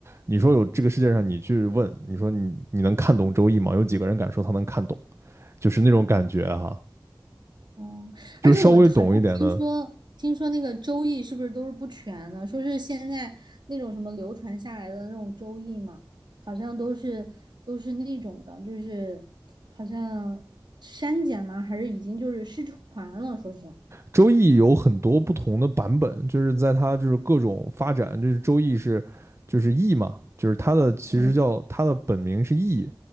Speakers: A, on the right (about 35°); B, on the right (about 65°).
A: 你说有这个世界上，你去问，你说你你能看懂《周易》吗？有几个人敢说他能看懂？就是那种感觉哈、
B: 嗯，
A: 就是稍微懂一点的，
B: 而且我好像听说，听说那个周易是不是都是不全的？说是现在那种什么流传下来的那种周易嘛，好像都是都是那种的，就是好像删减吗？还是已经就是失传了？说是，
A: 周易有很多不同的版本，就是在它就是各种发展，就是周易是就是易嘛，就是它的其实叫它的本名是易
B: 嗯